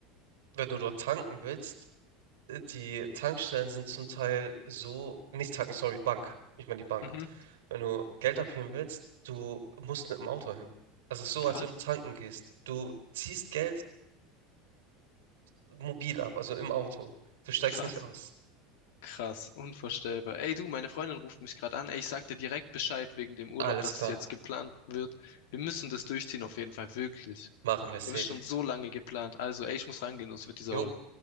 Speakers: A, on the right (about 80°); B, on the left (about 70°).
A: wenn du dort tanken willst, die Tankstellen sind zum Teil so, nicht Tanken, sorry, Bank. Ich meine die Bank.
B: Mhm.
A: Wenn du Geld abheben willst, du musst mit dem Auto hin. Also es ist so, als
B: Was?
A: wenn du tanken gehst. Du ziehst Geld mobil ab, also im Auto. Du steigst
B: Was?
A: nicht aus.
B: Krass, unvorstellbar. Ey du, meine Freundin ruft mich gerade an. Ey, ich sag dir direkt Bescheid wegen dem Urlaub,
A: Alles
B: dass
A: klar,
B: es jetzt geplant wird. Wir müssen das durchziehen auf jeden Fall, wirklich.
A: machen wir safe.
B: Wir haben es schon so lange geplant. Also, ey, ich muss rangehen, sonst wird die sauer.
A: Jo,